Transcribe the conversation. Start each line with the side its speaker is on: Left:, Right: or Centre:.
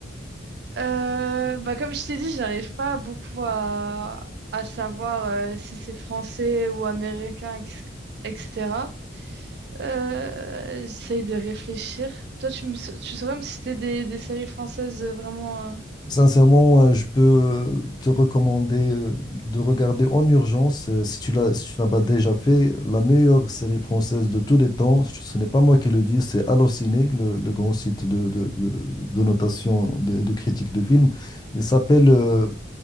Right: Euh, bah comme je t'ai dit j'arrive pas beaucoup à à savoir euh, si c'est français ou américain ex- etc. Euh, j'essaye de réfléchir. Toi tu me tu saurais me citer des des séries françaises euh, vraiment euh,
Left: Sincèrement, euh, je peux euh, te recommander euh, de regarder en urgence, euh, si tu l'as, si tu l'as pas déjà fait, la meilleure série française de tous les temps. Ce ce n'est pas moi qui le dis, c'est Allociné, le, le grand site de, de, de, de notation et de, de critique de films. Il s'appelle euh,